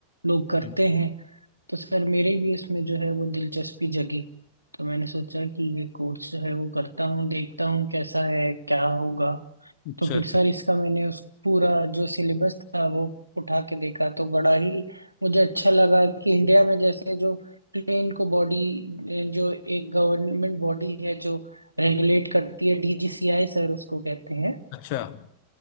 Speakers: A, on the right (about 80°); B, on the left (about 45°).
A: लोग करते
B: हम्म,
A: हैं तो सर मेरे भी इसमें जो है वो दिलचस्पी जगी तो मैंने सोचा कि ये कोर्स जो है वो करता हूँ देखता हूँ कैसा है क्या होगा
B: अच्छा
A: तो फिर
B: अच्छा
A: सर इसका मैंने उस पूरा जो सिलेबस था वो उठा के देखा तो बड़ा ही मुझे अच्छा लगा कि इंडिया में जैसे जो प्लेन को बॉडी जो एक गवर्नमेंट बॉडी है जो रेगुलेट करती है डीजीसीआई सर उसको कहते हैं
B: अच्छा हम्म